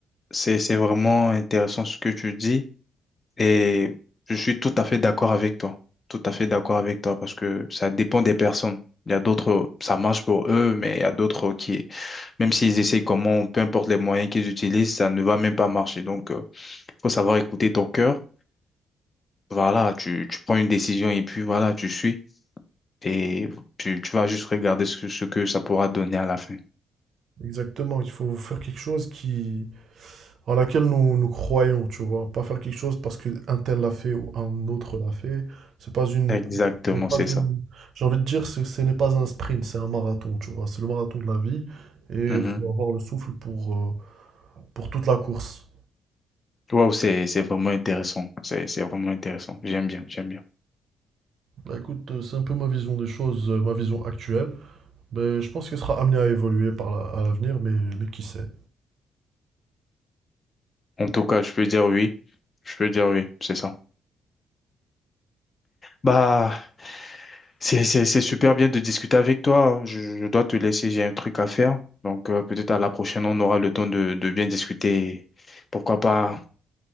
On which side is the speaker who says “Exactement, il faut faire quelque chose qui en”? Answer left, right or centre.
Right